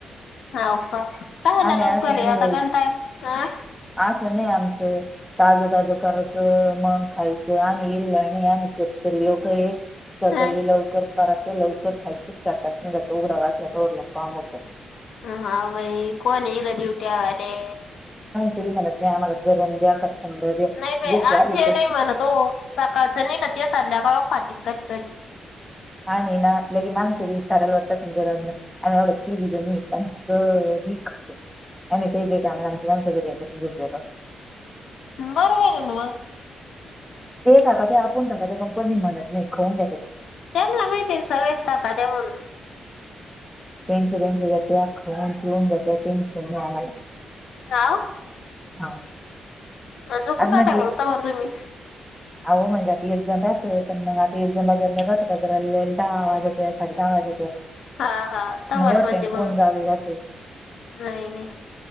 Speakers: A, on the left; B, in the centre.
A: हाव का कायला
B: आम्ही
A: लवकराय
B: असं नाही
A: आताण
B: बाई
A: टयम हा
B: असं नाही आमचं ताजं ताजं करायचं मग खायचं आणि इल नाही आम्ही शेतकरी लोक हे सकाळी
A: हा
B: लवकर कायचं लवकर खायचं शेतात निगाच उघडावा असल्या तवरल काम होतं
A: ह हा भाई कोणे हित ड्युटी आवालेे
B: तुमी मला न्या ना गरम द्या का थंड द्या
A: नाही बाय
B: जशी
A: आमचे
B: आली
A: हे
B: तशी
A: नाय म्हणत ओ सकाळचं नय का ते संध्याकाळ पाती ना कधी कधी
B: आणि ना लगे माणसं ब सारायला गरम आणि आम्ही तिगी जणी पण क ते आमला आमची माणस जरी येतात
A: बरोबरे ना म
B: ते टाका ते आपण टाका ते पण कोणी मणत नाइ खऊन
A: त्यांना माहितीये सगळेच टाकते म्हणून
B: तेंच तेंच येत्या खाऊन पिऊन घेत्या टेन्शन नाही आम्हाला
A: हा
B: हा
A: अ झोपून
B: आज
A: राहता
B: म्हणजे
A: का तोवर तुम्ही
B: अहो म्हणजे आता इर्जा जात पण मग आता इर्जण बाजारला जात बाजारले दहा वाज साडे दहा वाज
A: हा हा तवर
B: मजे वाटते
A: म्हणजे मग
B: कोण जावेत असं
A: नाही नाही